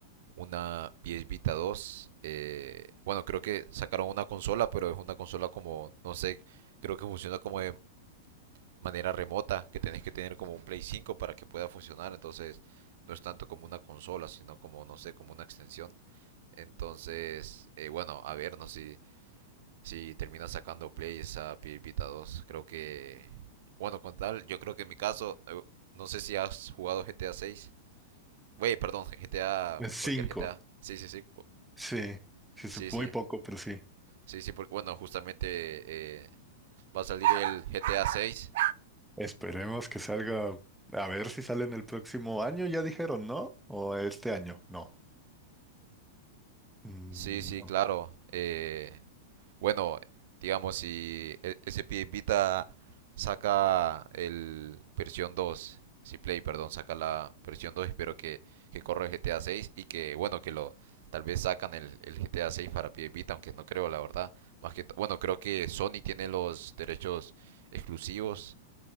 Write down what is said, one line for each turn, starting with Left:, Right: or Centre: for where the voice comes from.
Right: una PS Vita 2. eh, bueno, creo que sacaron una consola, pero es una consola como, no sé, creo que funciona como de manera remota, que tenés que tener como un Play 5 para que pueda funcionar. Entonces, no es tanto como una consola, sino como, no sé, como una extensión. Entonces, eh, bueno, a ver, no sé si, si termina sacando Play esa PS Vita 2. Creo que, bueno, con tal, yo creo que en mi caso, eh, no sé si has jugado GTA 6. Güey, perdón, GTA,
Centre: Es
Right: cualquier
Centre: 5,
Right: GTA. Sí, sí, sí. cu-
Centre: Sí, sí, sí,
Right: Sí, sí,
Centre: muy poco, pero sí.
Right: Sí, sí, porque bueno, justamente eh, va a salir el GTA 6.
Centre: Esperemos que salga. A ver si sale en el próximo año, ya dijeron, ¿no? O este año, no. Mm,
Right: Sí, sí,
Centre: no.
Right: claro. Eh, bueno, digamos, si e- SP Vita saca el versión 2, si Play, perdón, saca la versión 2, espero que, que corra el GTA 6 y que, bueno, que lo tal vez sacan el, el GTA 6 para PS Vita, aunque no creo, la verdad. Más que, t- bueno, creo que Sony tiene los derechos exclusivos